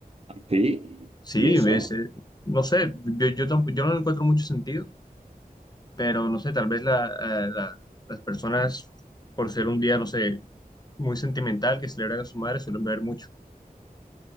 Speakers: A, on the right; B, on the left.
A: sí.
B: Sí,
A: ¿Y eso?
B: es, eh, no sé, yo, yo, tamp- yo no le encuentro mucho sentido, pero no sé, tal vez la, eh, la- las personas, por ser un día, no sé, muy sentimental que celebran a su madre, suelen ver mucho